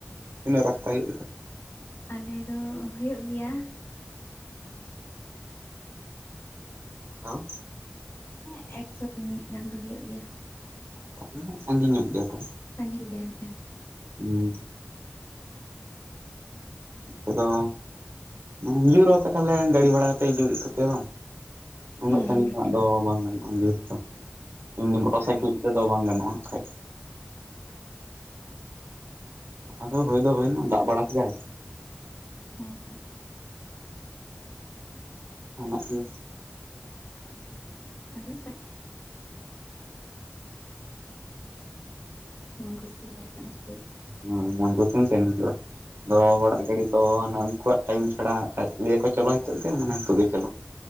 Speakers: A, on the right; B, on the left.
A: ᱛᱤᱱᱟᱹᱜ ᱨᱟᱥᱛᱟ ᱦᱩᱭᱩᱜ ᱜᱮᱛᱟ
B: ᱟᱞᱮ ᱫᱚ ᱦᱩᱭᱩᱜ ᱜᱮᱭᱟ
A: ᱛᱟᱣ
B: ᱦᱮᱸ ᱮᱠᱥᱚ ᱠᱤᱢᱤ ᱜᱟᱱ ᱫᱚ ᱦᱩᱭᱩᱜ ᱜᱮᱭᱟ᱾
A: ᱛᱟᱦᱞᱮ ᱥᱟᱺᱜᱤᱧ ᱧᱚᱜ ᱜᱮᱭᱟ ᱛᱚ
B: ᱥᱟᱜᱤᱧ ᱜᱮᱭᱟ ᱞᱮ
A: ᱚ ᱟᱫᱚ ᱦᱤᱡᱩᱜ ᱨᱮᱦᱚᱸ ᱯᱮ ᱛᱟᱦᱞᱮ ᱜᱟᱹᱰᱤ ᱵᱷᱟᱲᱟ ᱠᱟᱛᱮ ᱦᱤᱡᱩᱜ ᱦᱩᱭᱩᱜ ᱛᱟᱯᱮᱭᱟ ᱵᱟᱝ? ᱩᱱᱟᱹᱜ
B: ᱦᱮᱸ
A: ᱥᱟᱺᱜᱤᱧ
B: ᱜᱟᱹᱰᱤ
A: ᱠᱷᱚᱱᱟᱜ ᱫᱚ
B: ᱵᱷᱟᱲᱟ
A: ᱵᱟᱝ ᱜᱟᱱᱚᱜᱼᱟ ᱡᱟ ᱛᱮᱫᱚ ᱢᱚᱴᱚᱨ
B: ᱵᱟᱝ
A: ᱥᱟᱭᱠᱮᱞ
B: ᱜᱮ
A: ᱠᱚᱛᱮ ᱫᱚ ᱵᱟᱝ ᱜᱟᱱᱚᱜᱼᱟ ᱠᱷᱟᱡ ᱯᱟᱛᱟ ᱫᱚ ᱦᱩᱭ ᱫᱚ
B: ᱦᱮᱸ
A: ᱦᱩᱭᱱᱟ
B: ᱟᱫᱚ
A: ᱫᱟᱜ ᱵᱟᱲᱟ ᱠᱮᱫᱟᱭ
B: ᱦᱮᱸ
A: ᱚᱱᱟᱜ ᱜᱮ
B: <inaudible> <inaudible> ᱢᱚᱱ ᱠᱷᱩᱥᱤ ᱦᱤᱡᱩᱜ
A: ᱦᱚ ᱢᱚᱱ ᱠᱩᱥᱤᱢ ᱥᱮᱱ ᱦᱤᱡᱩᱜ-ᱟ ᱟᱫᱚ ᱦᱚᱲᱟᱜ ᱜᱟᱹᱰᱤ ᱫᱚ ᱟᱱᱮ ᱩᱱᱠᱩᱣᱟᱜ ᱴᱟᱭᱤᱢ ᱪᱷᱟᱲᱟ ᱠᱷᱟᱡ ᱞᱟᱹᱭᱟᱠᱚ ᱪᱚᱞᱚ ᱱᱤᱛᱚᱜ ᱜᱮ ᱢᱟᱱᱮ ᱱᱤᱛᱚᱜ ᱜᱮ ᱪᱚᱞᱚ <inaudible>